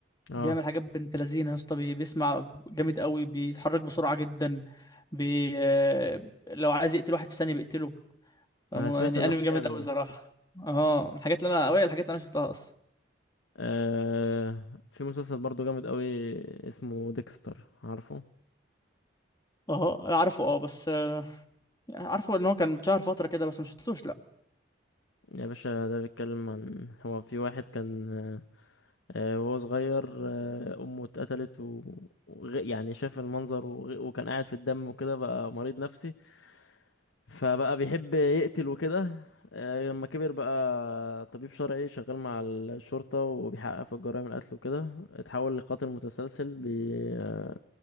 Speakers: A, on the left (about 80°); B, on the left (about 20°).
A: اه
B: بيعمل حاجات بنت لذينة يا اسطى بي- بيسمع جامد قوي بيتحرك بسرعة جدا بي آه، لو عايز يقتل واحد في ثانية بيقتله فم-
A: انا سمعت
B: يعني
A: ان
B: انمي
A: هو
B: جامد
A: جامد
B: قوي صراحة اه من الحاجات اللي انا اوي الحاجات اللي انا شفتها اصلا
A: آه في مسلسل برضو جامد قوي اسمه ديكستر عارفه
B: اه عارفه اه بس آه، عارفه ان هو كان اتشهر فترة كده بس مشفتوش
A: يا باشا ده بيتكلم عن هو في واحد كان آه آه، وهو صغير آه أمه اتقتلت و... وغ... يعني شاف المنظر وغ... وكان قاعد في الدم وكده بقى مريض نفسي فبقى بيحب يقتل وكده آه لما كبر بقى طبيب شرعي شغال مع الشرطة وبيحقق في الجرائم القتل وكده اتحول لقاتل متسلسل بي... آه،